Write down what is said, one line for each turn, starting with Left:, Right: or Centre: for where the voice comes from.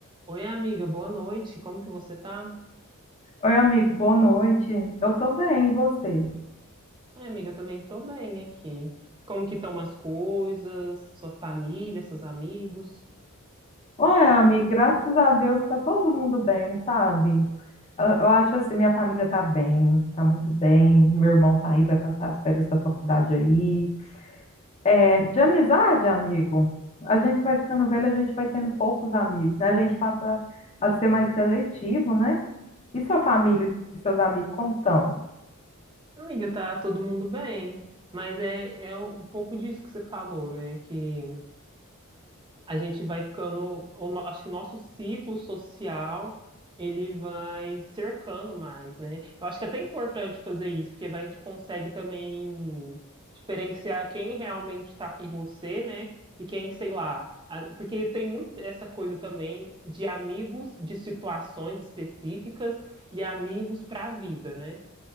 Right: Oi, amiga, boa noite. Como que você tá?
Left: Oi, amigo, boa noite. Eu tô bem, e você?
Right: Oi, amiga, eu também tô bem aqui. Como que estão as coisas, sua família, seus amigos?
Left: Ué, amigo, graças a Deus tá todo mundo bem, sabe? Eu, eu acho assim, minha família tá bem, tá muito bem. Meu irmão tá aí, vai passar as férias da faculdade aí. É, de amizade, amigo, a gente vai ficando velho, a gente vai tendo poucos amigos, né? A gente passa a ser mais seletivo, né? E sua família e seus amigos, como estão?
Right: Amiga, tá todo mundo bem, mas é, é um pouco disso que você falou, né? Que a gente vai ficando, o no- acho que o nosso ciclo social ele vai cercando mais, né? Eu acho que é até importante fazer isso, porque vai- a gente consegue também diferenciar quem realmente está com você, né? E quem, sei lá, a- porque tem muito essa coisa também de amigos de situações específicas e amigos para a vida, né?